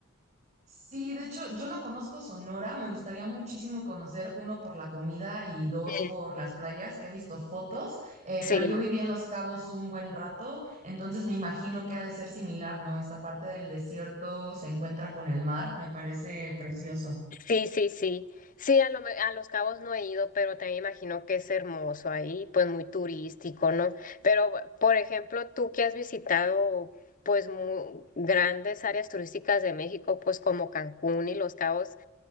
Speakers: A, on the right; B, on the left.
A: Sí, de hecho, yo no conozco Sonora, me gustaría muchísimo conocer, uno, por la comida y dos,
B: Sí.
A: por las playas, que he visto fotos, eh,
B: Sí.
A: pero yo viví en Los Cabos un buen rato, entonces me imagino que ha de ser similar, ¿no? Esta parte del desierto se encuentra con el mar, me parece precioso.
B: Sí, sí, sí. Sí, a, lo me- a Los Cabos no he ido, pero también imagino que es hermoso ahí, pues muy turístico, ¿no? Pero, por ejemplo, tú que has visitado, pues, mu- grandes áreas turísticas de México, pues como Cancún y Los Cabos,